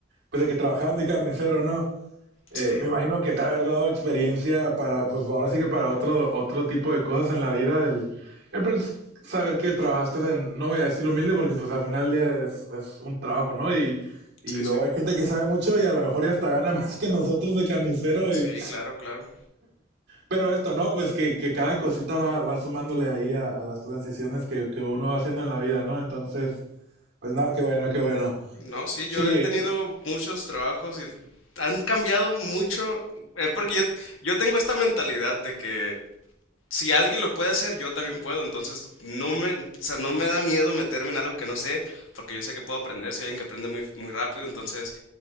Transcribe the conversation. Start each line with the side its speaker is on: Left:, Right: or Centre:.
Right: pues de que trabajabas de carnicero, ¿no? Eh,
Left: Sí,
Right: me imagino que te ha de haber dado experiencia para, pues ahora sí que para otro, otro tipo de cosas en la vida del... eh, pues, saber que trabajaste en, no voy a decir humilde porque pues al final del día es, es un trabajo, ¿no? Y, y
Left: sí,
Right: luego
Left: sí.
Right: hay gente que sabe mucho y a lo mejor ya hasta gana <laughs> más que nosotros de carnicero
Left: Sí,
Right: y...
Left: claro, claro.
Right: Pero esto, ¿no? Pues que, que cada cosita va, va sumándole ahí a, a las transiciones que, que uno va haciendo en la vida, ¿no? Entonces, pues nada, qué bueno, qué bueno.
Left: No, sí,
Right: Sí,
Left: yo he tenido muchos trabajos y han cambiado mucho. Es porque yo, yo tengo esta mentalidad de que si alguien lo puede hacer, yo también puedo. Entonces, no me, o sea, no me da miedo meterme en algo que no sé, porque yo sé que puedo aprender, soy alguien que aprende muy, muy rápido. Entonces,